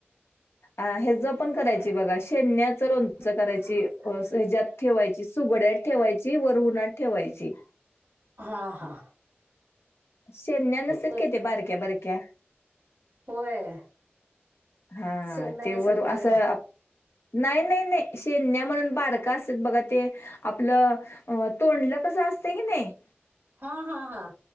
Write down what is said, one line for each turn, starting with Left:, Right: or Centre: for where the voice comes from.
Left: अ हे ज पण करायची
Right: झालं
Left: बघा शेण्याच लोणचं
Right: कुठलं
Left: करायची
Right: कुठलं करतासा तरी
Left: सज्यात ठेवायची सुगड्यात ठेवायची. ची वर उनात ठेवायची.
Right: हा हां
Left: शन्या नसत
Right: तेच
Left: का ते बारक्या बारक्या
Right: होय
Left: हा
Right: शेंगदाण्यासारखं
Left: तेवर असं नाही नाही नाही शेन्य म्हणून बारका असतात बघा ते आपलं तोंडलं कसं असते कि नाही.
Right: हा, हा, हा,